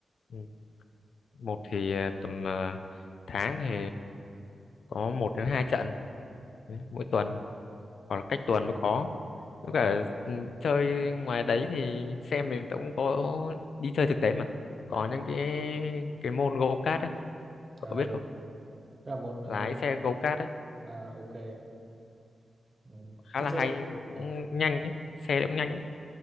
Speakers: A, on the left; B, on the right.
A: Ừ. một
B: ừ.
A: thì ờ, tầm ờ, tháng thì có một đến hai trận
B: Ừ.
A: đấy, mỗi tuần hoặc là cách tuần mới có Với
B: Ừ.
A: cả ừ, chơi ngoài đấy thì xem thì tớ cũng có đi chơi thực tế mà có những cái cái môn go kart ấy cậu
B: à
A: biết
B: ừ
A: không
B: Thế là môn ờ,
A: lái xe go kart ấy
B: à, ok ừ.
A: khá
B: thế
A: là
B: chơi
A: hay mà
B: ờ.
A: cũng nhanh ấy xe cũng nhanh ấy.